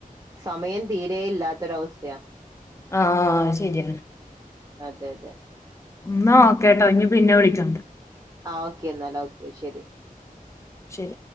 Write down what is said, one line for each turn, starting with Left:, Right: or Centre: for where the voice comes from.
Right: സമയം തീരെ ഇല്ലാത്തൊരവസ്ഥയാ
Left: ആഹ് ആഹ് ശരിയാണ്
Right: അതെ അതെ
Left: എന്നാ ഓക്കേട്ടൊ ഇനി പിന്നെ വിളിക്കാം
Right: ആഹ് ഓക്കെ എന്നാൽ ഓക്കെ ശരി
Left: ശരി